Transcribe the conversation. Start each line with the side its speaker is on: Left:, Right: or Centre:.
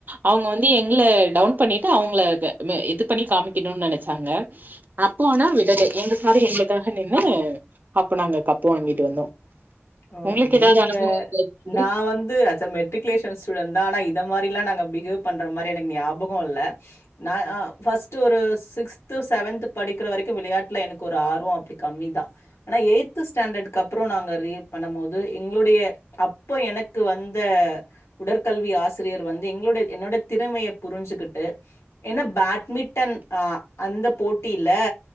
Right: அவங்க வந்து எங்கள டவுன் பண்ணிட்டு அவங்க இது பண்ணி காமிக்கணு நெனச்சாங்க அப்போ ஆனா விடல எங்க சார் எங்களுக்காக நின்னு அப்பு நாங்க கப்பு வாங்கிட்டு வந்தோ
Left: ஓ
Right: உங்களுக்கு ஏதாவது
Left: நீங்க
Right: அனுபவம் இருக்கு?
Left: நா வந்து மெட்ரிகுலேஷன் ஸ்டூடண்ட் தா ஆனா இத மாரிலா நாங்க பிஹேவ் பண்ற மாரி எனக்கு ஞாபகம் இல்ல நா ஃபர்ஸ்ட் ஒரு சிக்ஸ்து செவன்த் படிக்கிற வரைக்கு விளையாட்டுல எனக்கு ஒரு ஆர்வம் அப்படி கம்மிதா ஆனா எயி்த் ஸ்டாண்டர்டுக் அப்புறம் நாங்க பண்ணும்போது எங்களுடைய அப்ப எனக்கு வந்த உடற்கல்வி ஆசிரியர் வந்து எங்களோட என்னோட திறமைய புரிஞ்சுகிட்டு என்ன பேட்மிண்டன் அந்த போட்டில